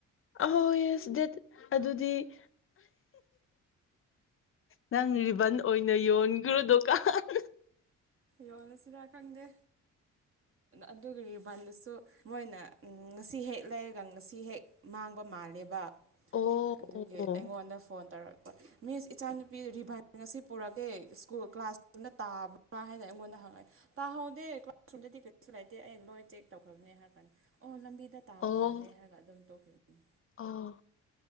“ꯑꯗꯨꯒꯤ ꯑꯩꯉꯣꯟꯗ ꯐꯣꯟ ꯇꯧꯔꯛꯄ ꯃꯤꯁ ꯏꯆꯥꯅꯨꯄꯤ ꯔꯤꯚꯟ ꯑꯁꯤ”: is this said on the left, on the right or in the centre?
Right